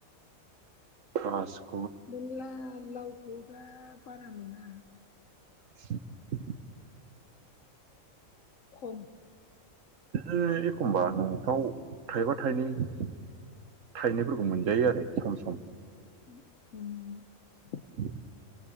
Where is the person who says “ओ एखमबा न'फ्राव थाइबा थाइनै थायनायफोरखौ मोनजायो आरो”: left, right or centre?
Right